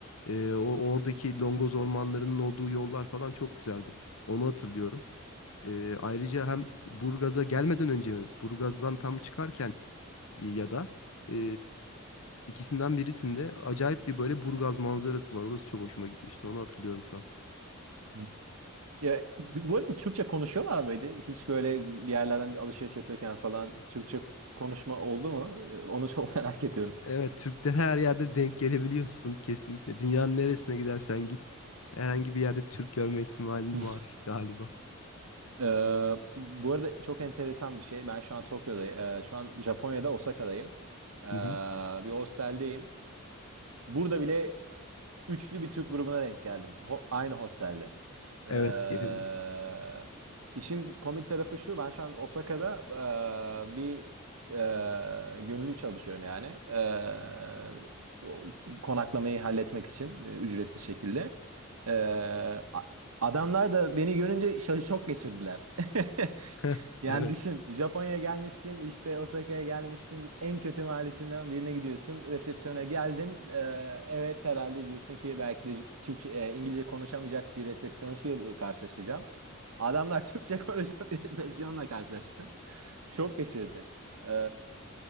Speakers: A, on the left; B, on the right.
A: E, o oradaki longoz ormanlarının olduğu yollar falan çok güzeldi. Onu hatırlıyorum. Ee, ayrıca hem Burgaz'a gelmeden önce Burgaz'dan tam çıkarken e, ya da e, ikisinden birisinde acayip bir böyle Burgaz manzarası var. Orası çok hoşuma gitmişti. Onu hatırlıyorum şu an.
B: Hı. Ya, bu arada Türkçe konuşuyorlar mıydı? Hiç böyle bir yerlerden bir alışveriş yapıyorken falan Türkçe konuşma oldu mu? E, Onu çok <laughs> merak ediyorum.
A: Evet, Türklere her yerde denk gelebiliyorsun kesinlikle. Dünyanın neresine gidersen git herhangi bir yerde Türk görme ihtimalin
B: <laughs>
A: var galiba.
B: Ee, bu arada çok enteresan bir şey. Ben şu an Tokyo'dayım. Ee, şu an Japonya'da Osaka'dayım. Ee,
A: Hı hı.
B: bir hosteldeyim. Burada bile üçlü bir Türk grubuna denk geldim. Ho- aynı hostelde. Ee,
A: Evet, gelebilirsin.
B: işin komik tarafı şu. Ben şu an Osaka'da ee, bir ee, gönüllü çalışıyorum yani. Ee, o- konaklamayı halletmek için ee, ücretsiz şekilde. Ee, a- adamlar da beni görünce şo- şok geçirdiler. <laughs>
A: <laughs>
B: Yani
A: Evet.
B: düşün Japonya'ya gelmişsin işte Osaka'ya gelmişsin en kötü mahallesinden birine gidiyorsun resepsiyona geldin Ee, evet herhalde diyorsun ki belki de Türkçe, e, İngilizce konuşamayacak bir resepsiyonistle karşılaşacağım. Adamlar <laughs> Türkçe konuşan bir resepsiyonla karşılaştı. Şok geçirdi. Ee,